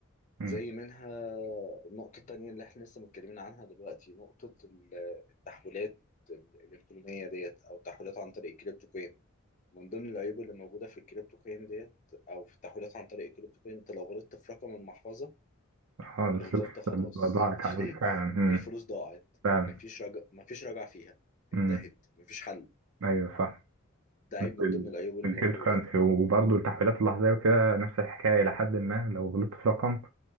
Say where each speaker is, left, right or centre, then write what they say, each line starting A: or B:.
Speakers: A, on the right; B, on the left.
A: مم.
B: زي منها النقطة التانية اللي احنا لسه متكلمين عنها دلوقتي نقطة ال- التحويلات الإلكترونية ديت أو التحويلات عن طريق الكريبتو كوين من ضمن العيوب اللي موجودة في الكريبتو كوين ديت أو في التحويلات عن طريق الكريبتو كوين أنت لو غلطت في رقم المحفظة
A: اه الفلوس
B: الغلطة خلاص
A: بتبقى ضاعت
B: <laughs>
A: عليك فعلا مم.
B: الفلوس ضاعت
A: فعلا
B: مفيش رجع مفيش رجع فيها
A: مم.
B: انتهت مفيش حل
A: أيوه صح
B: ده عيب
A: في
B: من
A: ال-
B: ضمن العيوب اللي
A: في الكريبتو
B: موجودة
A: كرنسي وبرضه التحويلات اللحظية وكده نفس الحكاية إلى حد ما لو غلطت في رقم